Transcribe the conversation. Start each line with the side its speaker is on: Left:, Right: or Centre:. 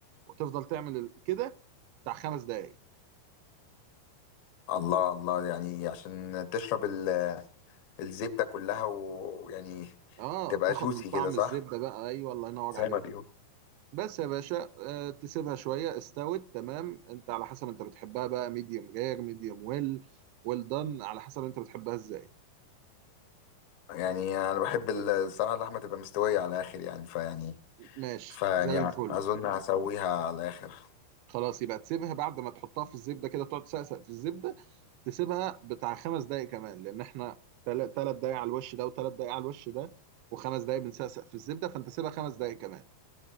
Right: وتفضل تعمل كده بتاع خمس دقايق
Left: الله الله يعني عشان تشرب ال- آه، الزبدة كلها و- ويعني
Right: اه
Left: تبقى
Right: تاخد
Left: جوسي
Right: من طعم
Left: كده صح
Right: الزبده بقى ايوه الله ينور
Left: زي
Right: عليك
Left: ما بيقول
Right: بس يا باشا آه، تسيبها شوية استوت تمام انت على حسب انت بتحبها بقى ميديوم رير ميديوم ويل ويل دان على حسب انت بتحبها ازاي
Left: يعني انا بحب ال- الصراحة اللحمة تبقى مستوية على الاخر يعني فيعني
Right: ماشي
Left: فيعني
Right: زي الفل
Left: اظن هسويها على الاخر
Right: خلاص يبقى تسيبها بعد ما تحطها في الزبدة كده تقعد تسقسق في الزبدة تسيبها بتاع خمس دقايق كمان لان احنا تل- تلات دقايق على الوش ده وتلات دقايق على الوش ده وخمس دقايق بنسقسق في الزبدة فانت سيبها خمس دقايق كمان